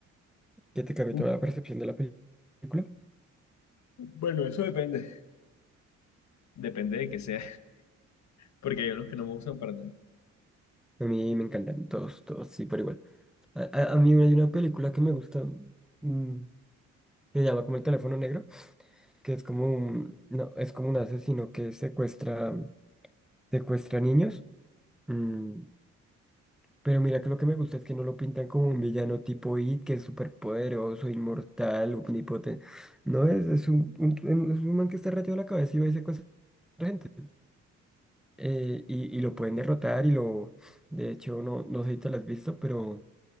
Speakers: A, in the centre; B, on the left.
A: que te cambie
B: uh,
A: toda la percepción de la pel- película.
B: bueno, eso depende. Depende de que sea. <laughs> Porque hay unos que no me gustan para nada.
A: A mí me encantan todos, todos, sí, por igual. A, a- a mí hay una película que me gusta, mm, que se llama como El teléfono negro, que es como un, no, es como un asesino que secuestra, secuestra niños. mm, Pero mira que lo que me gusta es que no lo pintan como un villano tipo It, que es súper poderoso, inmortal, omnipotente. No, es, es un, un- es un man que está rayado la cabeza y va y secuestra gente. eh, y, y lo pueden derrotar y lo... De hecho, no, no sé si te lo has visto, pero